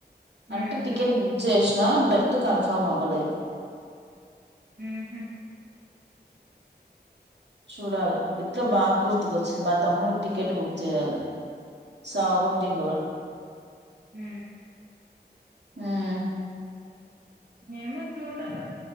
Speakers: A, on the right; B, on the right.
A: అంటే
B: ఉమ్
A: టికెట్ బుక్ చేసి బెర్త్ కన్ఫర్మ్ అవ్వలేదు
B: హ హ
A: చూడాల ఎట్లా బాగా గుర్తుకొ వచ్చింది మా తమ్ముడికి టికెట్ బుక్ చేయాలి సవగొట్టిండు
B: హ
A: హ
B: ఏమో చూడాల